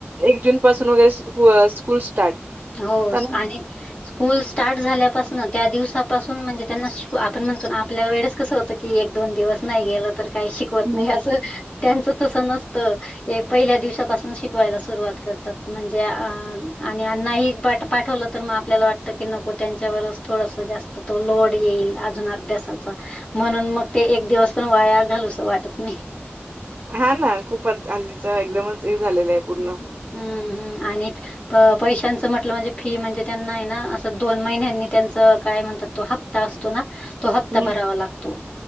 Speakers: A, on the right (about 40°); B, on the left (about 30°).
A: एक जून पासून वगैरे स्कु स्कूल स्टार्ट.
B: हो
A: त्यांना
B: आणि स्कूल स्टार्ट झाल्यापासन त्या दिवसापासून म्हणजे त्यांना शिक, आपण म्हणतो आपल्याला वेळेस कसं होतं कि एक दोन दिवस नाही गेलं तर काही शिकवत
A: हं,
B: नाही
A: हं.
B: असं. त्यांच तस नसत. ए पहिल्या दिवसापासन शिकवायला सुरुवात करतात. म्हणजे आ आणि त्यांनाही पाठ पाठवलं तर मग आपल्याला वाटतं की नको त्यांच्यावरच थोडंस जास्त तो लोड येईल. अजून अभ्यासाचा. म्हणून मग ते एक दिवस पण वाया घालूसं वाटत नाही.
A: हा ना खूपच हल्लीच एकदमच हे झालेलं आहे.
B: <inaudible>
A: पूर्ण.
B: हं हं आणि प पैशांचं म्हटलं म्हणजे फी म्हणजे त्यांना आहे ना, असं दोन महिन्यांनी त्यांच काय म्हणतात तो हप ता असतो ना. तो हप्ता
A: हं.
B: भरावा लागतो.